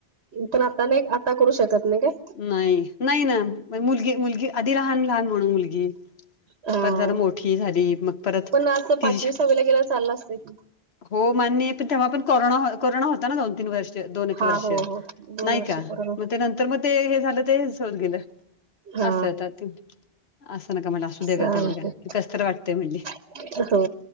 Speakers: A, on the right; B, on the left.
A: पणं आता नाहीं आता करूं शकतं नाहीं कायं?
B: नाहीं नाहीं नां मुलगी मुलगी आधी लहान लहान म्हणून मुलगी
A: हा
B: पणं जर मोठी झाली मगं परत ति
A: पण असं पाचवी सहावीला गेला चाललं असतं की
B: हो मान्य आहे पण तेव्हा पण कोरोना होता ना दोन तीन वर्ष दोन एक
A: हा
B: वर्ष
A: हो हो दोन
B: नाही
A: वर्ष
B: का?
A: पूर्ण
B: त्या नंतर मग ते हे झालं ते हे होत गेलं
A: हा
B: असं आ. असं नका म्हणलं असू दे
A: चालतंय
B: का तेवढं काय कसं तर वाटते म्हणले.
A: हो